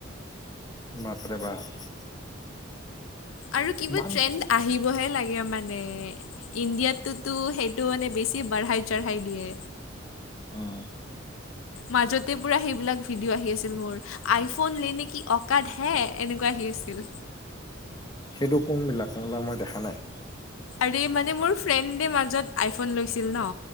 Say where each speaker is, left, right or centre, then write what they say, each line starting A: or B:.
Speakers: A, on the left; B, on the left.
A: বাপ ৰে বাপ
B: আৰু কিবা
A: ইমান
B: ট্ৰেণ্ড আহিবহে লাগে মানে ইণ্ডিয়াতটোতো সেইটো মানে বেছি বাঢ়াই চাঢ়াই দিয়ে।
A: উম,
B: মাজতে পূৰা সেইবিলাক ভিডিঅ' আহি আছিল মোৰ আইফোন লে নেকি অকাত হে এনেকুৱা আহি আছিল।
A: সেইটো কোনবিলাক তাৰমানে মই দেখা নাই।
B: আৰে মানে মোৰ ফ্ৰেণ্ডে মাজত আইফোন লৈছিল ন'